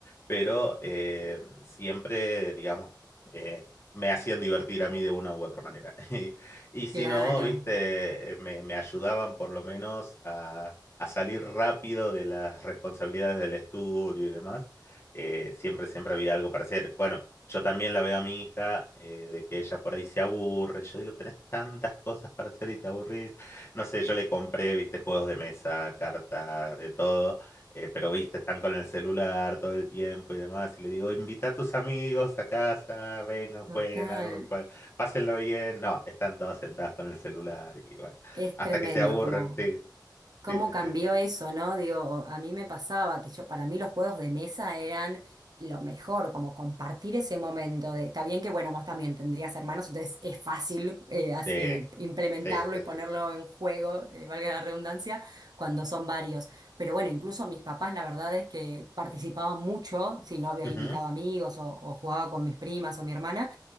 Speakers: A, on the left; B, on the right.
A: pero eh, siempre, digamos, eh, me hacían divertir a mí de una u otra manera. <laughs> Y, y si
B: Claro,
A: no, viste, eh, me, me ayudaban por lo menos a, a salir rápido de las responsabilidades del estudio y demás eh, siempre, siempre había algo para hacer. Bueno, yo también la veo a mi hija, eh, de que ella por ahí se aburre. Yo digo, tenés tantas cosas para hacer y te aburrís. No sé, yo le compré, viste, juegos de mesa, cartas, de todo, eh, pero viste, están con el celular todo el tiempo y demás. Y le digo, invita a tus amigos a casa, vengan,
B: total.
A: jueguen, hagan un juego, pásenlo bien. No, están todos sentados con el celular y bueno,
B: Es
A: hasta
B: tremendo
A: que se aburren,
B: como...
A: sí, sí,
B: cómo
A: sí,
B: cambió
A: sí, sí.
B: eso, ¿no? Digo, a mí me pasaba que yo, para mí los juegos de mesa eran lo mejor, como compartir ese momento de, está bien que, bueno, vos también tendrías hermanos, entonces es fácil eh, as-
A: Sí,
B: eh, implementarlo
A: sí, sí,
B: y ponerlo
A: sí, sí.
B: en juego, eh, valga la redundancia, cuando son varios. Pero bueno, incluso mis papás, la verdad es que participaban mucho, si no había
A: Ujú,
B: invitado amigos o, o jugaba con mis primas o mi hermana.